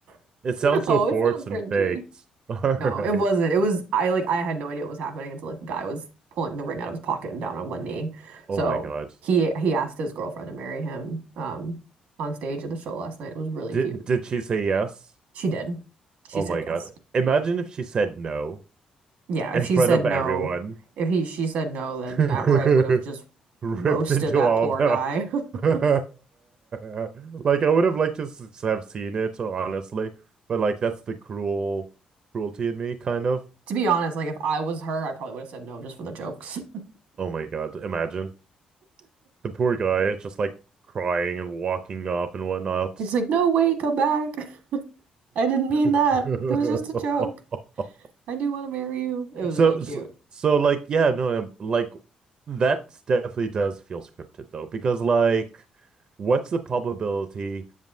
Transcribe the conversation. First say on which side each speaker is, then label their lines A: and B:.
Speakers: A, on the right (about 80°); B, on the right (about 35°).
A: no
B: it sounds so forced
A: it's not cringy
B: and faked. <laughs> All
A: no
B: right.
A: it wasn't it was I like I had no idea what was happening until like the guy was pulling the ring out of his pocket and down on one knee so
B: Oh my God.
A: he he asked his girlfriend to marry him um on stage at the show last night it was really
B: Did
A: cute
B: did she say yes?
A: she did she
B: Oh
A: said
B: my God.
A: yes
B: Imagine if she said no
A: Yeah,
B: in
A: if she
B: front
A: said
B: of
A: no,
B: everyone.
A: if he she said no, then
B: <laughs>
A: Matt Rife would have just
B: Ripped
A: roasted
B: into
A: that
B: all
A: poor
B: of them.
A: guy. <laughs>
B: <laughs> Like I would have liked to s have seen it, honestly, but like that's the cruel cruelty in me, kind of.
A: To be honest, like if I was her, I probably would have said no just for the jokes.
B: Oh my God, imagine the poor guy is just like crying and walking off and whatnot.
A: <laughs> He's like, "No, wait, come back. <laughs> I didn't mean
B: <laughs>
A: that. It was just a joke. I do want to marry you." It was
B: So,
A: really cute.
B: so, so like, yeah, no, um, like that definitely does feel scripted though, because like, what's the probability?